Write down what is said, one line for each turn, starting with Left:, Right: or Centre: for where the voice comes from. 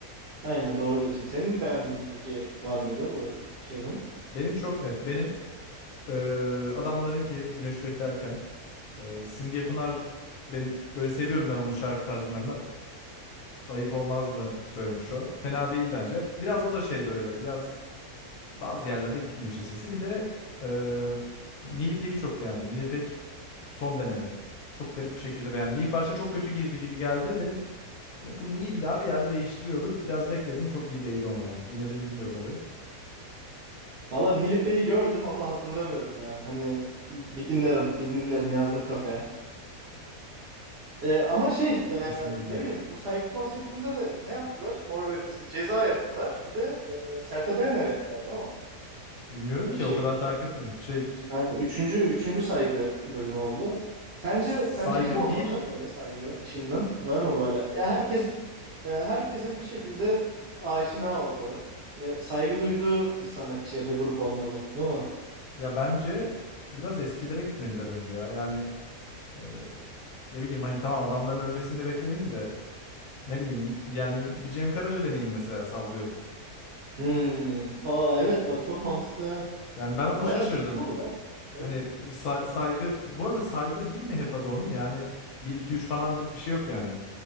Right: Aynen doğru diyorsun. Senin beğendiğin peki var mıydı bu şeyden?
Left: Benim çok net. Benim e, adamların ki Güneş Beklerken e, Simge Pınar benim böyle seviyorum ben onun şarkı tarzı bilmem ne. Ayıp olmaz mı söylemiş o. Fena değil bence. Biraz o da şey böyle biraz bazı yerlerde gitmiyor işte sesi. Bir de e, Nilipe'yi çok beğendim. Nilipek son deneme. Çok garip bir şekilde beğendim. İlk başta çok kötü girdi gibi geldi. Dedim Hani bunu illa bir yerde değiştiriyordur. Biraz bekledim. Çok iyi değdi ona yani. Dinledim bilmiyorum orayı.
Right: Valla Nilipe'yi gördüm ama hatırlamıyorum ya. Hani bir dinlerim, bir dinlerim yazdım kafaya. E, ama şey e,
Left: Kesin dinle.
Right: ne bileyim bu saygı konseptinde de ne yaptılar? Mor ve Ötesi ceza yaptılar. Bir de e, Sertab Erener yaptılar değil mi?
Left: Bilmiyorum
Right: Böyle
Left: ki
Right: bir şey.
Left: o kadar takip etmedim. Şey c-
Right: Yani üçüncü, üçüncü saygı bölümü oldu. Sence
Left: saygı
Right: sence kim olmalı
Left: bir
Right: böyle saygı işinden? Var mı böyle? Ya herkes e, herkesin bir şekilde aşina olduğu ve saygı duyduğu bir sanatçı ya da grup olmalı, değil mi?
Left: ya bence biraz eskilere gitmediler önce ya. Yani e, ne bileyim hani tamam adamların ölmesini de beklemeyin de ne bileyim bir, yani bir Cem Karaca deneyin mesela sallıyorum.
Right: Hmm. Aa evet bak çok mantıklı. ha.
Left: Yani ben onu
Right: Bayağı
Left: şaşırdım.
Right: da iyi olur ha. Evet.
Left: Hani say- saygı bu arada saygı bir mi hep adı onun? Yani bir 2 3 falanlık bir şey yok yani.